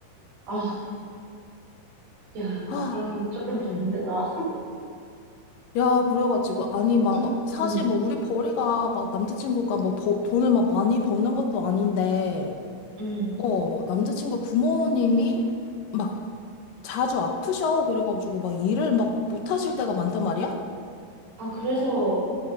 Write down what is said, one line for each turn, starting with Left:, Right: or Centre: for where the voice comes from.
Right: 아, 야, 나
Left: 아,
Right: 그러면 조금
Left: 어.
Right: 반대다.
Left: 야, 그래가지고, 아니, 막,
Right: <laughs>
Left: 사실
Right: 음,
Left: 뭐, 우리 벌이가 막, 남자친구가 뭐, 버- 돈을 막 많이 버는 것도 아닌데,
Right: 음.
Left: 어, 남자친구 부모님이 막, 자주 아프셔. 그래가지고, 막, 일을 막, 못하실 때가 많단 말이야?
Right: 아, 그래서